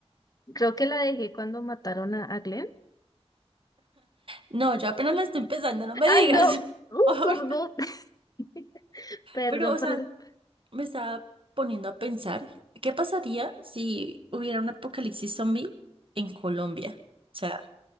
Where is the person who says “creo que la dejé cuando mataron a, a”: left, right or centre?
Left